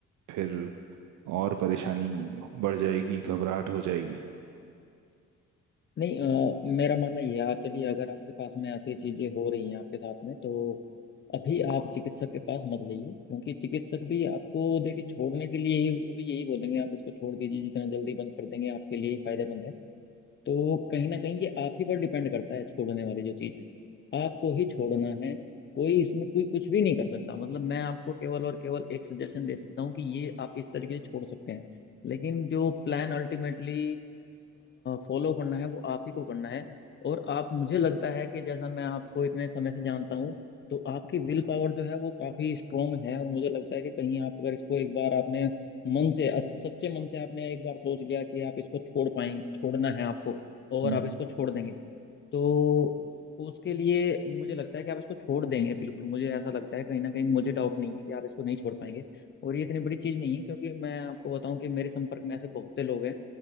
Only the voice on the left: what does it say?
नहीं अ, मेरा मानना ये है चलिए अगर आपके पास में ऐसी चीजें हो रही हैं आपके साथ में तो अभी आप चिकित्सक के पास मत जाइए क्योंकि चिकित्सक भी आपको देखिए छोड़ने के लिए ही वो भी यही बोलेंगे आप इसको छोड़ दीजिए जितना जल्दी बंद कर देंगे आपके लिए ही फायदेमंद है तो कहीं ना कहीं ये आप ही पर डिपेंड करता है छोड़ने वाली जो चीज है आपको ही छोड़ना है कोई इसमें कोई कुछ भी नहीं कर सकता मतलब मैं आपको केवल और केवल एक सजेशन दे सकता हूँ कि ये आप इस तरीके से छोड़ सकते हैं लेकिन जो प्लान अल्टीमेटली फॉलो करना है वो आप ही को करना है और आप मुझे लगता है कि जैसा मैं आपको इतने समय से जानता हूँ तो आपकी विल पावर जो है वो काफी स्ट्रोंग है और मुझे लगता है कि कहीं आप अगर इसको एक बार आपने मन से अच्छ- सच्चे मन से आपने एक बार सोच लिया कि आप इसको छोड़ पाएंगे छोड़ना है आपको और
आप इसको छोड़ देंगे तो उसके लिए मुझे लगता है कि आप इसको छोड़ देंगे बिल्कुल मुझे ऐसा लगता है कहीं ना कहीं मुझे डाउट नहीं है कि आप इसको नहीं छोड़ पाएंगे और ये इतनी बड़ी चीज़ नहीं है क्योंकि मैं आपको बताऊं कि मेरे संपर्क में ऐसे बहुत से लोग हैं